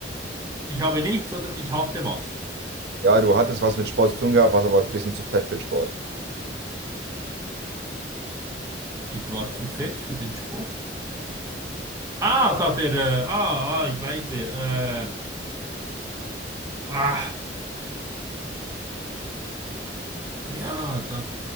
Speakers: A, on the right (about 15°); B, on the right (about 65°).
A: Ich habe nichts oder ich hatte was.
B: Ja, du hattest was mit Sport zu tun gehabt, warst aber ein bisschen zu fett für den Sport.
A: Ich war zu fett für den Sport. Ah, da der, äh, ah, ah, ich weiß wer. Äh, ah. Ja, da,